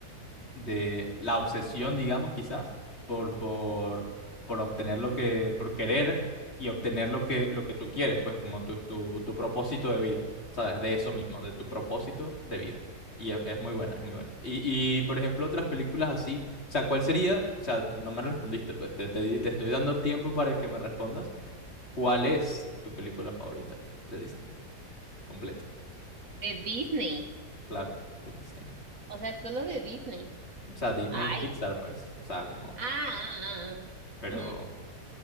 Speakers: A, on the left; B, on the right.
A: de la obsesión, digamos, quizás, por, por, por obtener lo que, por querer y obtener lo que, lo que tú quieres, pues como tu, tu, tu propósito de vida, ¿sabes? De eso mismo, de tu propósito de vida. Y es, es muy buena, es muy buena. Y, y, por ejemplo, otras películas así, o sea, ¿cuál sería? O sea, no me respondiste, pues te, te, di- te estoy dando tiempo para que me respondas. ¿Cuál es tu película favorita de Disney? Completa,
B: De Disney.
A: claro, de Disney.
B: O sea, solo de Disney.
A: O sea, Disney
B: Ay.
A: Pixar, pues, o sea, como,
B: Ah. ah,
A: pero...
B: ah. Ujú.